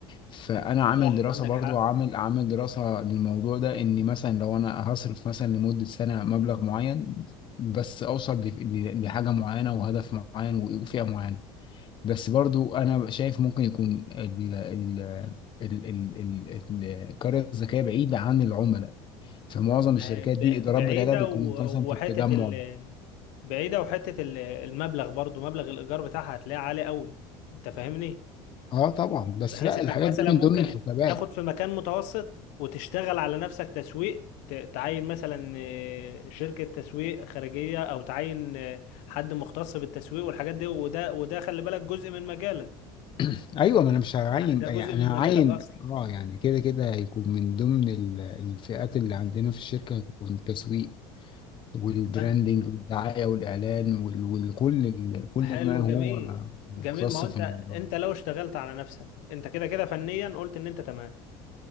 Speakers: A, on the left; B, on the left.
A: فانا عامل
B: صح
A: دراسه
B: عندك
A: برضو
B: حق
A: عامل عامل دراسه للموضوع ده اني مثلا لو انا هصرف مثلا لمده سنه مبلغ معين بس اوصل ل- ل- لحاجه معينه وهدف معين وفئه معينه بس برضو انا شايف ممكن يكون ال ال ال ال ال القرية الذكية بعيدة عن العملاء فمعظم
B: ما-
A: الشركات
B: ب-
A: دي الإدارات
B: بعيدة
A: بتاعتها بتكون
B: و-
A: مثلا في
B: وحتة
A: التجمع
B: ال بعيدة وحتة ال- المبلغ برضو مبلغ الإيجار بتاعها هتلاقيه عالي قوي أنت فاهمني؟
A: اه طبعا بس
B: بحيث
A: لا
B: إنك
A: الحاجات
B: مثلا
A: دي من
B: ممكن
A: ضمن الحسابات
B: تاخد في مكان متوسط وتشتغل على نفسك تسويق ت- تعين مثلا آه، شركة تسويق خارجية أو تعين آه، حد مختص بالتسويق والحاجات دي وده وده خلي بالك جزء من مجالك
A: <clears throat> ايوه ما انا مش هعين
B: يعني ده
A: يعني
B: جزء
A: انا
B: من مجالك
A: هعين
B: أصلا
A: اه يعني كده كده هيكون من ضمن ال- الفئات اللي عندنا في الشركه هيكون التسويق والبراندنج
B: فأنت
A: والدعايه والاعلان وال- وكل ال- كل
B: حلو
A: ما هو
B: جميل
A: مختص
B: جميل ما هو
A: في
B: أنت
A: الموضوع
B: أنت لو اشتغلت على نفسك أنت كده كده فنيا قلت إن أنت تمام